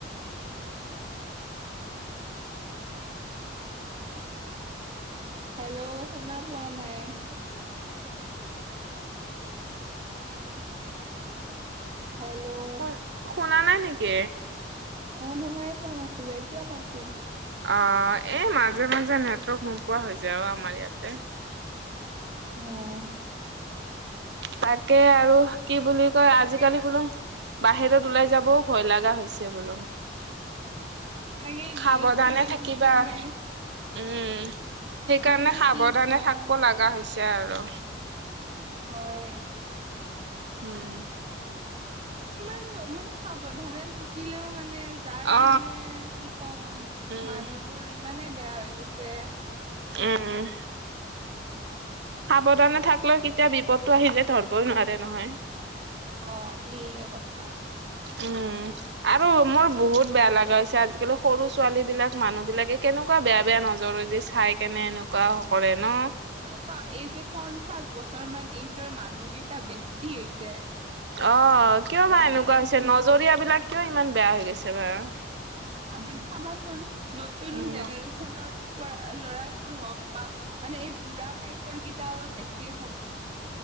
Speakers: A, on the right; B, on the right.
A: হেল্ল শুনা পোৱা নাই। হেল্ল',
B: শু- শুনা নাই নেকি।
A: অ শুনাই পোৱা নাছিলো এতিয়া পাইছো।
B: অ এই মাজে মাজে নেটৱৰ্ক নোপোৱা হৈ যায় আৰু আমাৰ ইয়াতে,
A: অ
B: তাকে আৰু কি বুলি কয়
A: তাকে
B: আজিকালি বোলো বাহিৰত ওলাই যাবও। ভয় লগা হৈছে বোলো
A: তাকে নিউজ
B: সাৱধানে
A: বোৰ দেখি
B: থাকিবা
A: কাৰণে
B: উম সেইকাৰণে
A: মানে
B: সাৱধানে
A: কি কওঁ
B: থাকিব লগা হৈছে আৰু
A: হয়
B: উম
A: কিমান নো মানে সাৱধানে থাক থাকিলেও মানে যাৰ
B: অ
A: মানে কি ক'ম
B: উম
A: মানুহ বোৰ ইমানে বেয়া হৈ গৈছে।
B: উম সাৱধানে থাকলেও কেতিয়া বিপদটো আহি যায় ধৰিবই নোৱাৰে নহয়।
A: অহ সেইয়ে কথা।
B: উম আৰু মোৰ বহুত বেয়া লগা হৈছে আজিকালি সৰু ছোৱালী বিলাক মানুহ বিলাকে কেনেকুৱা বেয়া বেয়া নজৰে দি চাই কেনে এনেকুৱা কৰে ন
A: কি হ'ল এই যে পঞ্চাশ বছৰ মান এইজৰ মানুহকেইটা বেছি হৈছে
B: অহ কিয়
A: নতুন
B: বা এনেকুৱা হৈছে নজৰীয়া বিলাক কিয় ইমান বেয়া হৈ গৈছে বাৰু
A: চাবি চাবাচোন নতুন
B: উম
A: জেনেৰশ্যনৰ পৰা ল'ৰাবোৰ হওঁক বা মানে এই বুঢ়া টাইপৰ কেইটা অলপ বেছিকে থাকি